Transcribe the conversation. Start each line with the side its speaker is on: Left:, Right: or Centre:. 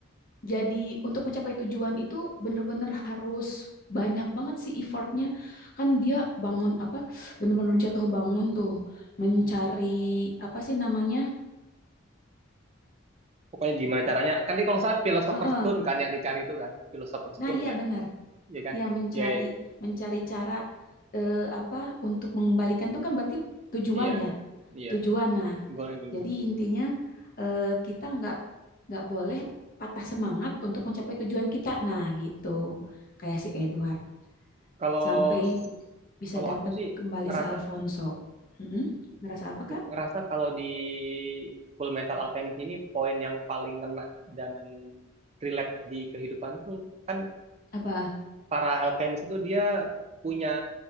Left: jadi untuk mencapai tujuan itu benar-benar harus banyak banget sih effortnya. Kan dia bangun apa benar-benar jatuh bangun tuh mencari apa sih namanya?
Right: pokoknya gimana caranya kan ini kalau nggak salah philosopher's
Left: Uh-uh.
Right: stone kan yang dicari itu kan philosopher's
Left: Nah,
Right: stone
Left: iya
Right: ya
Left: benar.
Right: iya kan
Left: Ya, mencari
Right: ya
Left: mencari cara eh, apa untuk mengembalikan itu kan berarti tujuan
Right: iya
Left: ya,
Right: iya
Left: tujuan. Nah,
Right: gue gue bilang
Left: jadi intinya eh, kita nggak nggak boleh patah semangat untuk mencapai tujuan kita. Nah, gitu. Kayak si Edward
Right: kalau
Left: sampai bisa
Right: kalau
Left: dapat
Right: aku sih
Left: kembali
Right: ngerasa
Left: si Alfonso. Mm-mm. Ngerasa apa, Kak?
Right: ngerasa kalau di Full Metal Alchemist ini poin yang paling kena dan relate di kehidupan tuh kan
Left: Apa?
Right: para alchemist itu dia punya